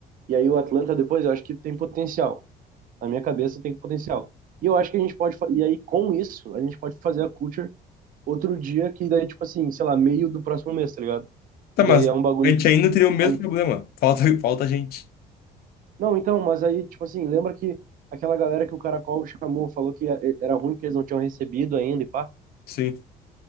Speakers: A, on the right; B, on the left.
A: E aí o Atlanta depois, eu acho que tem potencial. Na minha cabeça tem potencial. E eu acho que a gente pode. fa- E aí com isso, a gente pode fazer a culture outro dia, que daí, tipo assim, sei lá, meio do próximo mês, tá ligado?
B: Tá,
A: Que
B: mas
A: daí é um bagulho.
B: a gente ainda teria o mesmo
A: Mas-
B: problema. Falta, <laughs> falta gente.
A: Não, então, mas aí, tipo assim, lembra que aquela galera que o Caracol chamou, falou que é- era ruim, que eles não tinham recebido ainda e pá.
B: Sim.